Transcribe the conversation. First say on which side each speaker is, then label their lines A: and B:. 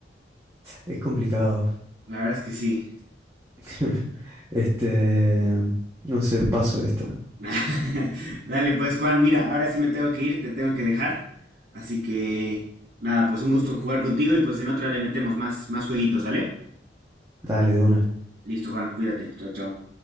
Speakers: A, on the right (about 15°); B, on the right (about 60°).
A: es complicado.
B: La verdad es que sí.
A: <laughs> Este, no sé, paso esta.
B: <laughs> Dale, pues Juan, mira, ahora sí me tengo que ir, te tengo que dejar. Así que nada, pues un gusto jugar contigo y pues en otra le metemos más, más jueguitos, ¿dale?
A: Dale de una.
B: Listo, Juan, cuídate. Chao, chao.